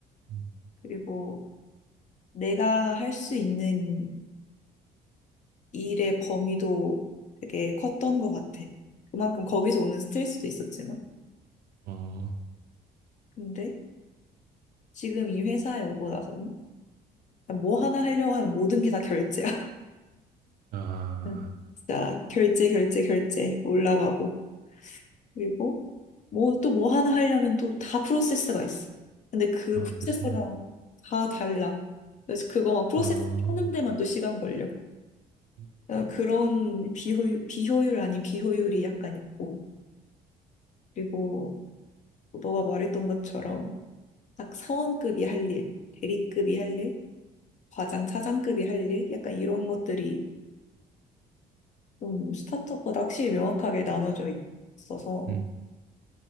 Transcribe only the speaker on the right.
음.
어,
아,
아,
그치.
아,
음,
음,